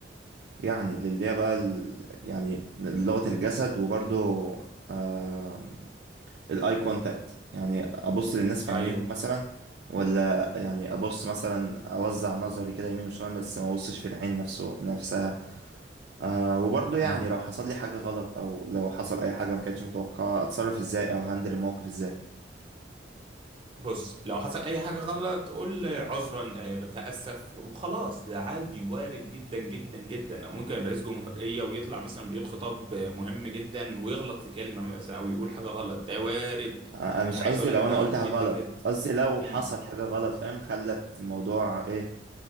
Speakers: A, on the right; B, on the right.
A: يعني للي هي بقى ال... يعني لغة الجسد وبرضو آه... الاي كونتاكت يعني ابص للناس في
B: ايوه
A: عينيهم مثلا ولا يعني ابص مثلا اوزع نظري كده يمين وشمال بس ما ابصش في العين نفسه نفسها آه وبرضو
B: امم.
A: يعني لو حصل لي حاجة غلط او لو حصل اي حاجة ما كانتش متوقعة اتصرف ازاي او هندل الموقف ازاي
B: بص لو حصل اي حاجة غلط قول عذرا آه، بتأسف وخلاص ده عادي وارد جدا جدا جدا أو ممكن رئيس جمهورية ويطلع مثلا بيقول خطاب مهم جدا ويغلط في كلمة مثلا او يقول حاجة غلط ده وارد
A: آه آه، مش
B: يعني
A: قصدي
B: عايز اقول
A: لو
B: لك ده
A: انا
B: وارد
A: قلت حاجة
B: جدا
A: غلط
B: جدا
A: قصدي لو
B: امم.
A: حصل حاجة غلط فاهم خلت الموضوع ايه